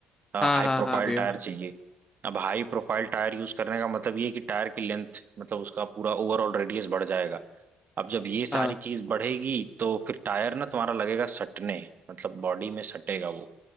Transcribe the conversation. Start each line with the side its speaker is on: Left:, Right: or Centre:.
Right: हाँ,
Left: हाँ
Right: हाई
Left: हाँ
Right: प्रोफाइल
Left: हाँ भैया
Right: टायर चाहिए अब हाई प्रोफाइल टायर यूज करने का मतलब ये है कि टायर की लेंथ मतलब उसका पूरा ओवरऑल रेडियस बढ़ जाएगा अब जब ये सारी
Left: हाँ
Right: चीज बढ़ेगी तो फिर टायर ना तुम्हारा लगेगा सटने मतलब बॉडी में सटेगा वो